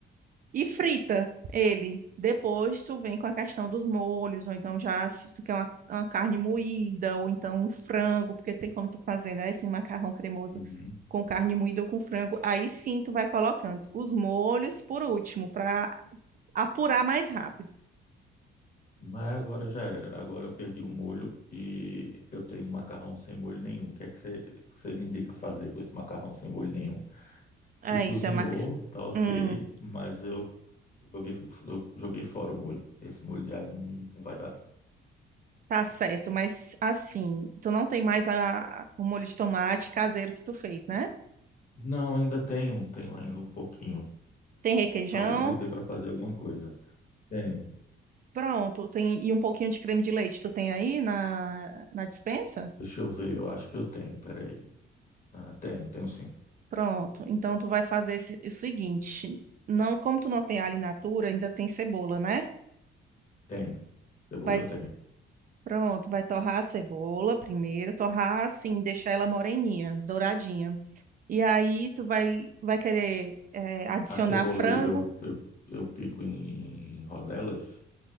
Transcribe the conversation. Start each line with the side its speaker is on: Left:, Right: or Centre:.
Right: E frita ele. Depois tu vem com a questão dos molhos, ou então já se tu quer uma, uma carne moída, ou então um frango, porque tem como tu fazer, né? Esse macarrão cremoso
Left: Uhum.
Right: com carne moída ou com frango. Aí sim tu vai colocando os molhos por último, para apurar mais rápido.
Left: Mas agora já era. Agora eu perdi o molho e eu tenho um macarrão sem molho nenhum. O que é que você, você me indica fazer com esse macarrão sem molho nenhum?
Right: Aí,
Left: E cozinhou,
Right: tá, mac-
Left: tá ok,
Right: hum,
Left: mas eu joguei, eu joguei fora o molho. Esse molho de alho não, não vai dar.
Right: tá certo, mas assim, tu não tem mais a- o molho de tomate caseiro que tu fez, né?
Left: Não, ainda tenho, tenho ainda um pouquinho.
Right: Tem requeijão,
Left: Talvez dê, dê para fazer alguma coisa. Tenho.
Right: Pronto, tem e um pouquinho de creme de leite tu tem aí na, na dispensa?
Left: Deixa eu ver, eu acho que eu tenho, peraí. Ah, tenho, tenho sim.
Right: Pronto, então tu vai fazer esse- o seguinte, não, como tu não tem alho in natura, ainda tem cebola, né?
Left: Tenho. Cebola
Right: Vai,
Left: eu tenho.
Right: pronto, vai torrar a cebola primeiro, torrar assim, deixar ela moreninha, douradinha. E aí tu vai, vai querer eh, adicionar
Left: A cebola
Right: frango?
Left: eu, eu, eu, eu pico em rodelas?